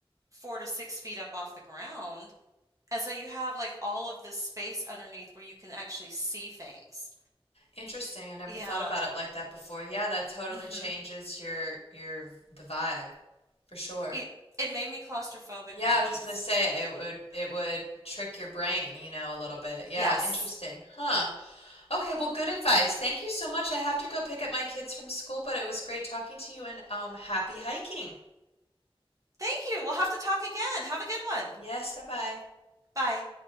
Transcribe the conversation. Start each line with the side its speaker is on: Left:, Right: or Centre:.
Right: four to six feet up off the ground. And so you have like all of this space underneath where you can actually see things.
Left: interesting. I never
Right: Yeah.
Left: thought about it like that before. Yeah, that totally
Right: hmm
Left: changes your your the vibe for sure.
Right: It it made me claustrophobic
Left: Yeah,
Right: back
Left: I was
Right: east.
Left: just gonna say it would it would trick your brain, you know, a little bit. Yeah,
Right: Yes.
Left: interesting. Huh. Okay, well, good advice. Thank you so much. I have to go pick up my kids from school, but it was great talking to you and um, happy hiking.
Right: Thank you. We'll have to talk again. Have a good one.
Left: Yes, bye bye.
Right: Bye.